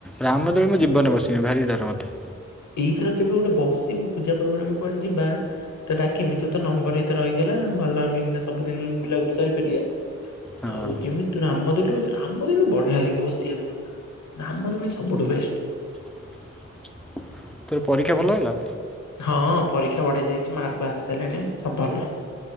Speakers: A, in the centre; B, on the left.
A: ରାମଦୋଳି ମୁଁ ଜୀବନରେ ବସିିବି ଭାରି ଡର ମୋତେ।
B: ଏଇଥର କେବେ ଗୋଟେ ବସିବୁ ପୂଜା ପ୍ରୋଗ୍ରାମରେ ଆମେ କୁଆଡେ ଯିବା। ତତେ ଡାକମି ତୋ ତ ନମ୍ବର ହେଇତ ରହିଗଲା। ଭଲ ଆମେ ଏଇକିନା ସବୁଦିନ ବୁଲାବୁଲି କରିପାରିଆ।
A: ହଁ
B: ଆଉ ଯେମିତି ତୁ ରାମଦୋଳିରେ ବସି ରାମଦୋ ବଢିଆ ଲାଗିବ ବସିଆକୁ ରାମ ଦୋଳି ସବୁଠୁ ବେଷ୍ଟ।
A: <inaudible> ତୋର ପରୀକ୍ଷା ଭଲ ହେଲା?
B: ହଁ ପରୀକ୍ଷା ବଢ଼ିଆ ଯାଇଛି ମାର୍କ ଆସି ସାଇଲାଣି ସବୁ ଭଲ।